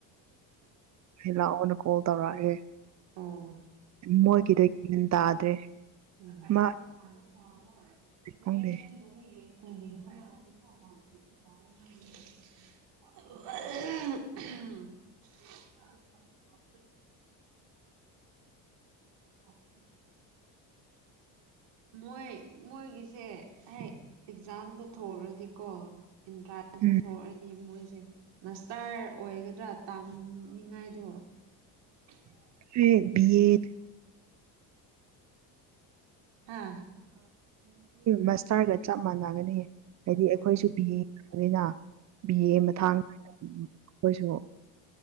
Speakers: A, on the right; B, on the right.
A: ꯂꯥꯛꯑꯣ ꯀꯣꯜ ꯇꯧꯔꯒꯦ
B: ꯑꯣ
A: ꯃꯣꯏ ꯀꯗ ꯀ ꯇꯥꯗ꯭ꯔꯦ
B: <unintelligible>
A: ꯃꯥ ꯈꯪꯗꯦ
B: <unintelligible> <inaudible> <inaudible> <inaudible> ꯃꯣꯏ ꯃꯣꯏꯒꯤꯁꯦ ꯍꯦ ꯑꯦꯛꯖꯥꯝꯗꯣ ꯊꯣꯔꯗꯤ ꯀꫭ ꯏꯟꯇ꯭ꯔꯥꯟꯁꯁꯨ
A: ꯎꯝ
B: ꯊꯣꯛꯑꯗꯤ ꯃꯣꯏ ꯁꯦ ꯃꯁꯇꯥꯔ ꯑꯣꯏꯒꯗ꯭ꯔꯥ ꯇꯥꯝꯅꯤꯡꯉꯥꯏꯗꯣ <inaudible>
A: ꯑꯦ ꯕꯤ ꯑꯦꯠ
B: ꯍꯥꯥ
A: ꯃꯁꯇꯥꯔꯒ ꯆꯞ ꯃꯥꯟꯅꯩ ꯌꯥꯒꯅꯤꯌꯦ ꯍꯥꯏꯗꯤ ꯑꯩꯈꯣꯏꯁꯨ
B: ꯑꯣ ꯎꯝ
A: ꯄꯤꯌꯦ ꯑꯣꯏꯗ ꯕꯤ
B: ꯎꯝ
A: ꯑꯦ ꯃꯊꯥꯡ ꯎ ꯑꯩꯈꯣꯏꯁꯨ